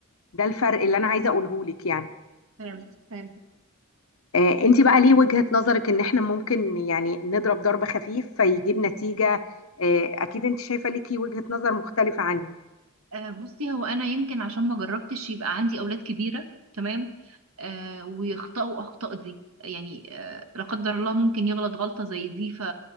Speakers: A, on the left; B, on the right.
A: ده الفرق اللي انا عايزة اقوله لك يعني
B: فهمت فهمت
A: آه انت بقى ليه وجهة نظرك ان احنا ممكن يعني نضرب ضرب خفيف فيجيب نتيجة آه اكيد انت شايفة ليكي وجهة نظر مختلفة عني
B: آه بصي هو انا يمكن عشان ما جربتش يبقى عندي اولاد كبيره تمام آه ويخطئوا اخطاء دي يعني آه لا قدر الله ممكن يغلط غلطه زي دي ف